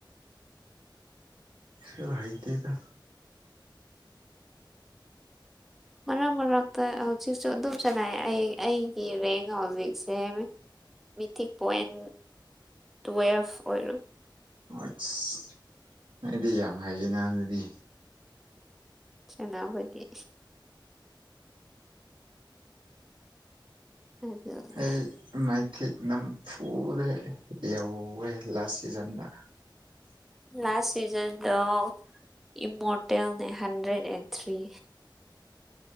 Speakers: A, on the right (about 75°); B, in the centre.
A: ꯑꯩꯁꯨ ꯍꯩꯇꯦꯗ
B: ꯃꯔꯛ ꯃꯔꯛꯇ ꯍꯧꯖꯤꯛꯁꯨ ꯑꯗꯨꯝ ꯁꯅꯩ ꯑꯩ ꯑꯩꯒꯤ ꯔꯦꯡ ꯍꯧꯖꯤꯛꯁꯦ ꯃꯤꯊꯤꯛ ꯄꯣꯏꯟ ꯇꯨꯋꯦꯜꯐ ꯑꯣꯏꯔꯝ
A: ꯑꯣꯁ ꯅꯣꯏꯗꯤ ꯌꯥꯝ ꯍꯩꯌꯦ ꯅ ꯑꯗꯨꯗꯤ
B: ꯆꯅꯥꯕꯒꯤ ꯑꯗꯨꯅꯦ
A: ꯍꯩ ꯃꯥꯏ ꯊꯤꯛ ꯅꯝ ꯐꯨꯗ ꯌꯧꯌꯦ ꯂꯥꯁ ꯁꯤꯖꯟꯗ
B: ꯂꯥꯁ ꯁꯤꯖꯟꯗꯣ ꯏꯝꯃꯣꯔꯇꯦꯜꯅꯦ ꯍꯟꯗ꯭ꯔꯦꯠ ꯑꯦꯟ ꯊ꯭ꯔꯤ